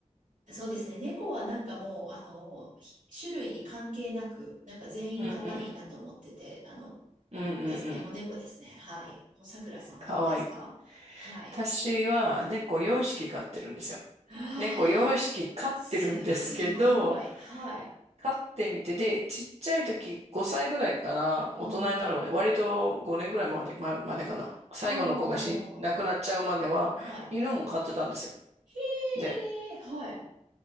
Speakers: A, on the right; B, on the right.
A: そうですね、猫はなんかもう、あの、ひ種類に関係なく、なんか全員可愛いなと思ってて、
B: うんうん
A: あの、
B: うんうんうん。
A: ですね、もう猫ですね。はい。もうさくらさんはどうですかはい。
B: かわいい。私は猫4匹飼ってるんですよ。
A: はあ、
B: 猫4匹飼ってるんですけど、
A: すごい。はい。
B: 飼ってみて、で、ちっちゃい時5歳ぐらいから大人になるまで、
A: おう
B: 割と5年ぐらいまで、ま、までかな。最後の子が死ん、
A: おうおうおう
B: 亡くなっちゃうまでは犬も飼ってたんですよ。
A: おうはい。へ
B: で、
A: え、はい。